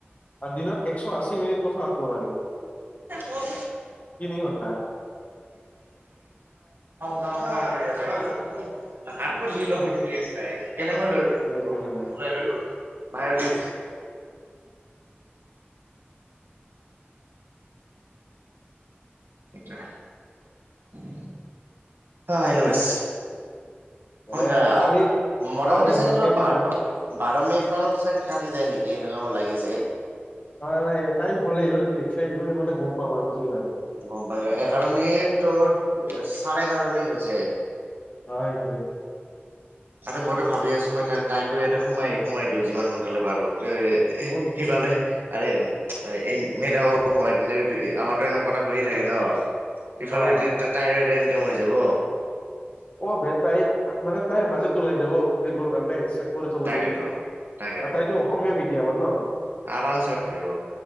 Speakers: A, on the left (about 35°); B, on the right (about 60°).
A: দিনত একছ' আছি মিনিট কথা পাত্ব পাৰি।
B: <unintelligible> কাও
A: তিনি ঘন্টা
B: কাও কৰি আছা এ। আতকৌ দুই <unintelligible> আছা এ। কেনেকৈ লৈ
A: সেইটো কাৰণে
B: উলাই লৈ গ'ল? বাহিৰত দি দিছে। সেইটোৱে ।অ এনুৱেছ। <unintelligible>
A: এ কালি
B: মোটামুটি
A: কালি
B: চাগে
A: ভালকে
B: তোৰ
A: ফোন
B: বাৰ
A: কৰিম
B: মিনিট মানত চাগে কাটি যায় নেকি? এ এনেকুৱা মোৰ লাগি আছে
A: নাই-নাই টাইম হ'লে এইবাৰ দেখিলে এইবাৰ মানে গম পাম আৰু কি হয়।
B: গম পায় এঘাৰ মিনিট তোৰ চাৰে এঘাৰ মিনিট হৈছে।
A: অ', সেইটোৱে।
B: তাতে মইতো ভাবি আছো মই ত তাইকো ইয়াতে সোমাই- সোমাই দিওঁ যিমান সোনকালে পাৰোঁ। এ
A: কোন
B: সিফালে আৰে, এই মেদামৰ সোমাই দিম আমাৰতো এনেও কথা হৈয়ে থাকে ন, ইফালে
A: অ
B: তাইৰ এটা ইন কাম হৈ যাব।
A: অ' বে, তাইক মানে তাইৰ বাজেট ওলাই যাব ট্ৰিপৰ কাৰণে। চে কৰি চাব
B: তাকেতো
A: দিবি ।আৰু
B: তাকেতো
A: তাইতো অসমীয়া মিডিয়ামৰ ন?
B: আৰামছে পাৰিব